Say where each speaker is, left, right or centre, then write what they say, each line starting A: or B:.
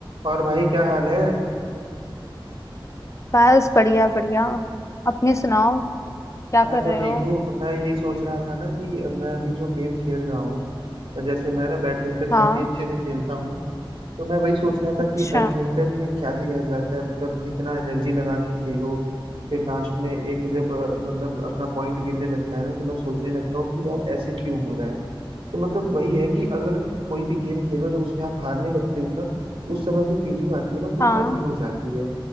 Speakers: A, on the right; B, on the left.
A: और भाई क्या हाल है
B: बस बढ़िया बढ़िया अपनी सुनाओ क्या
A: मैं
B: कर
A: तो
B: रहे
A: ठीक
B: हो
A: हूँ मैं यही सोच रहा था ना कि मैं अभी जो गेम खेल रहा हूँ जैसे मैं ना बैडमिंटन
B: हाँ
A: काफी अच्छे से खेलता हूँ तो मैं वही सोच रहा था
B: अच्छा
A: कि बैडमिंटन में क्या ही रह जाता है मतलब इतना एनर्जी लगा के खेलो फिर लास्ट में एक जब अ, मतलब अपना पॉइंट गिरने लगता है ना तो मैं सोचने लगता हूँ कि यार ऐसे क्यों हो रहा है तो मतलब वही है कि अगर कोई भी गेम खेलो जब उसमें आप हारने लगते हो ना उस समय जो फीलिंग आती है ना वो थोड़ी
B: हाँ
A: अजीब हो जाती है